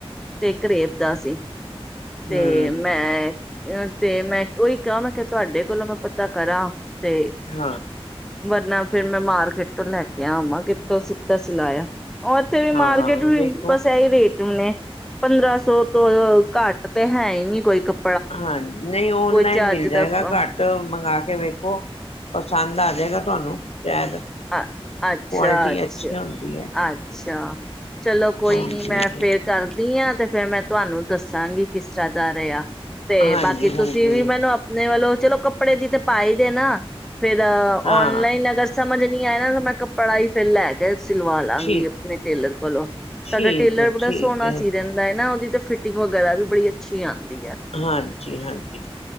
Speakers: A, in the centre; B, on the left (about 85°).
A: ਤੇ ਕਰੇਬ ਦਾ ਸੀ। ਤੇਂ
B: ਹਮ
A: ਮੈਂ ਤੇਂ ਮੈਂ ਉਹੀ! ਕਿਉਂ ਮੈਂ ਕਿਹਾ ਤੁਹਾਡੇ ਕੋਲੋਂ ਮੈਂ ਪਤਾ ਕਰਾਂ। ਤੇਂ
B: ਹਾਂ
A: ਵਰਨਾ ਫੇਰ ਮੈਂ ਮਾਰਕੀਟ ਤੋਂ ਲੈ ਕੇ ਆ ਆਵਾਂ ਕਿੱਥੋਂ ਸਿਤਾ ਸਿਲਾਇਆ। ਉਹ ਉੱਥੇ ਵੀ
B: ਹਾਂ
A: ਮਾਰਕੀਟ ਵੀ
B: ਦੇਖੋ
A: ਬਸ ਇਹੀ ਰੇਟ। ਤਮ ਨੇੇ, ਪੰਦਰਾਂ ਸੌ ਤੋਂ ਘੱਟ ਤੇ ਹੈ ਹੀ ਨਹੀ ਕੋਈ ਕੱਪੜਾ।
B: ਹਾਂ ਨਹੀਂ ਔਨਲਾਈਨ
A: ਕੋਈ ਚੱਜ
B: ਮਿਲ ਜਾਏਗਾ
A: ਦਾ ਅ-
B: ਘੱਟ ਮੰਗਵਾ ਕੇ ਏ ਵੇਖੋ ਪਸੰਦ ਆ ਜਾਏਗਾ ਤੁਹਾਨੂੰ ਸ਼ਾਇਦ
A: ਅ ਅੱਛਾ
B: ਕੁਆਲਿਟੀ
A: ਅੱਛਾ
B: ਅੱਛੀ
A: ਅੱਛ
B: ਹੁੰਦੀ ਹੈ
A: ਅੱਛਾ ਚਲੋ ਕੋਈ
B: ਹਾਂਜੀ
A: ਨੀ ਮੈਂ ਫੇਰ ਕਰਦੀ ਹਾਂ ਤੇ ਫੇਰ ਮੈਂ ਤੁਹਾਨੂੰ ਦੱਸਾਂਗੀ ਕਿਸ ਤਰ੍ਹਾਂ ਸਾਰੇ ਆ ਤੇ
B: ਹਾਂਜੀ
A: ਬਾਕੀ ਤੁਸੀਂ
B: ਹਾਂਜੀ
A: ਵੀ ਮੈਨੂੰ ਆਪਣੇ ਵੱਲੋਂ ਚਲੋ ਕੱਪੜੇ ਦੀ ਤੇ ਪਾਾਈ ਦੇ ਨਾ ਫੇਿਰ
B: ਹਾਂ
A: ਔਨਲਾਈਨ ਅਗਰ ਸਮਝ ਐਨਾਨੂੰ ਮੈਂ ਕੱਪੜਾ ਹੀ ਫਿਰ ਲੈ ਕੇ ਸਿਲਵਾ ਲਵਗੀ
B: ਠੀਕ
A: ਆਪਣੇ ਟੇਲਰ ਕੋਲੋਂ,
B: ਠੀਕ
A: ਸਾਡਾ ਟੇਲਰ
B: ਹੈ
A: ਬੜਾ
B: ਠੀਕ
A: ਸੋਹਣਾ
B: ਹੈ
A: ਸੀ ਰਹਿੰਦਾ ਹੈਨਾ ਉਹਦੀ ਫਿਟਿੰਗ ਵਗੈਰਾ ਵੀ ਬੜੀ ਅੱਛੀ ਆਉਂਦੀ ਹੈ
B: ਹਾਂਜੀ ਹਾਂਜੀ